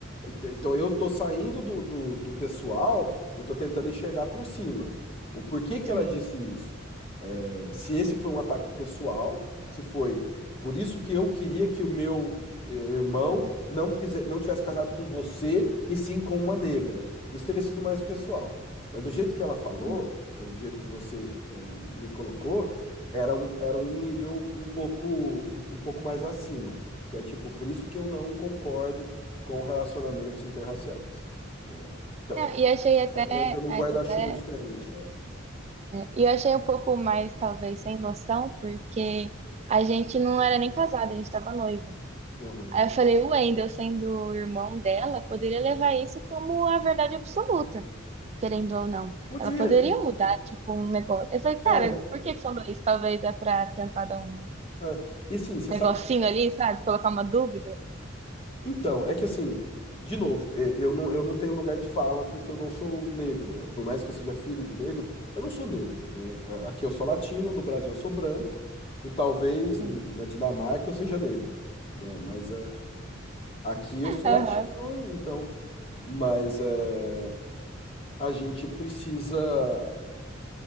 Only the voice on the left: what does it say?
Então então eu tô saindo do, do, do pessoal e tô tentando enxergar por cima. O porquê que
ela disse isso? É, se esse foi um ataque pessoal, se foi por isso que eu queria que o meu eh, irmão não quiser, não tivesse casado com você e sim com uma negra. Isso teria sido mais pessoal. Mas do jeito que ela falou,
ou do jeito que você eh, me colocou, era um, era um nível um pouco, um um pouco mais acima. Que é tipo, por isso que eu não concordo com relacionamentos interraciais, né? Então,
é- entra num
guarda-chuva
diferente, eu acho.
Aham.
Podia,
e,
é,
é. E sim, você
sabe.
Então, é que assim, de novo, e- eu não, eu não tenho lugar de fala porque eu não sou negro. Por mais que eu seja filho de negro, eu não sou negro, né? Aqui eu sou latino, no Brasil eu sou branco, e talvez
em- na Dinamarca eu seja negro, né? Mas é, aqui eu sou
latino, então. Mas é, a gente precisa.